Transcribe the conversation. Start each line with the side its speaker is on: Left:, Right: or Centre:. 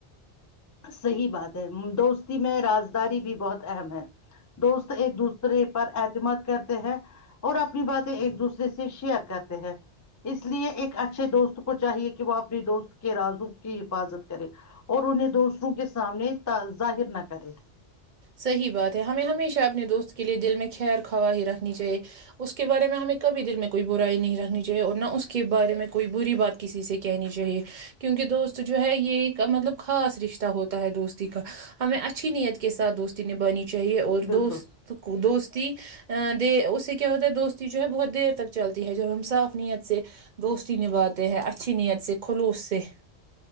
Left: صحیح بات ہے دوستی میں رازداری بھی بہت اہم ہے <unintelligible> دوست ایک دوسرے پر اعتماد کرتے ہیں اور اپنی باتیں ایک دوسرے سے شیئر کرتے ہیں اس لیے ایک <unintelligible> اچھے دوست کو چاہیے کہ وہ اپنی دوست کے رازو کی حفاظت کرے اور انہیں دوست <unintelligible> روں کے سامنے ظاہر نہ کرے
Right: صحی بات ہے ہمیں ہمیشہ اپنے دوست کے لیے دل میں خیر خواہ ہی رکھنی چاہیے اس کے بارے میں ہمیں <unintelligible> کبھی دل میں کوئی برائی نہیں رکھنی چاہیے اور نہ اس کے بارے میں کوئی بری بات کسی سے کہنی چاہیے کیونکہ دوست جو ہے یہ ایک مطلب خاص رشتہ ہوتا ہے دوستی کا ہمیں اچھی نیت <unintelligible> سھ دوستی نے بنی <unintelligible> چاہیے اور
Left: بالکل
Right: دوست کو دوست <unintelligible> ا د اس <unintelligible> سے کیا ہوتا ہے دوستی جو ہے بہت <unintelligible> دیر تک چلتی ہے جب ہم صاف نیت سے دوستی نبھاتے ہیں اچھی نیت سے خلوص سے <unintelligible>